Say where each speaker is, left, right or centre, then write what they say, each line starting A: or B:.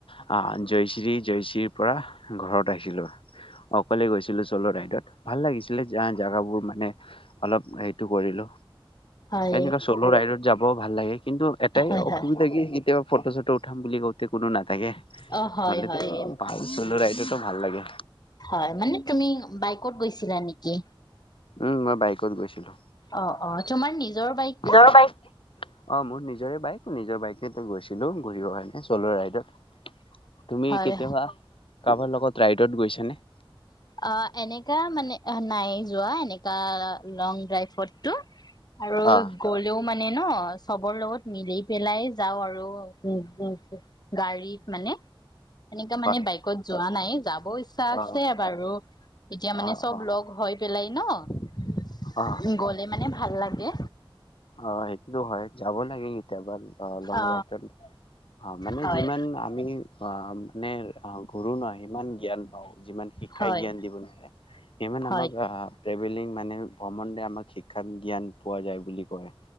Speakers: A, on the left (about 75°); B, on the left (about 50°).
A: আহ জয়শ্ৰী জয়শ্ৰীৰ পৰা ঘৰত আছিলো। অ অকলে গৈছিলো চল' ৰাইডত ভাল লাগিছ- এই ফালে জোগাবোৰ মানে অলপ হেটো কৰিলো
B: হয়
A: এনেুৱা চল ৰাইত যাব- বৰ ভাল লাগে কিন্তু এটাই
B: হয় হয়
A: অসুবিধা কি কেতিয়াবা ফটো চটো উঠাম বুলি কও- কোনো নাথাকে নহলেতো
B: অ হয় হয়
A: বা চল ৰাইডটো ভাল লাগে।
B: হয় মানে তুমি বাইকত গৈছিলা নেকি?
A: উম মই বাইকত গৈছিলো।
B: অ অ তোমাৰ নিজৰ বাইক
A: নিজৰ
B: নে?
A: বাইক অ মোৰ নিজৰে বাইক নিজৰ বাইকে ত গৈছিলো ঘূৰিবৰ কাৰণে চল' ৰাইডত। তুমি
B: হয়
A: কেতিয়াবা কাৰবাৰ লগত ৰাইডত গৈছা নে?
B: অ এনেকা মানে নাই যোৱা এনেক- তাৰ লং ড্ৰাইভতটো আৰু
A: অ
B: গলেও মানে ন চবৰ লগত মিলি পেলাই যাওঁ আৰু উম গাড়ীত মানে। সেনেকা মানে
A: হয়
B: বাইকত যোৱা নাই যাব ইচ্ছা আছ-
A: অ
B: বাৰু এতিয়া মানে
A: অ
B: চব
A: অ
B: লগ হৈ পেলাই ন
A: অ
B: গলে মানে ভা- ভাল লাগে।
A: অ সেইটোতো হয় যাব লাগে কেতিয়াবা অহ লং
B: অ
A: ড্ৰাইভত অ মানে
B: হয়
A: যিমান আমি অ মানে ঘোৰো নহ সিমান জ্ঞান পাওঁ। যিমান শিক্ষাই
B: হয়
A: জ্ঞান দিব নোৱাৰে। ইমান
B: হয়
A: আমাক ট্ৰেভেলিং মানে ভ্ৰমণতে আমাক শিক্ষাত জ্ঞান পোৱা যায় বুলি কয়।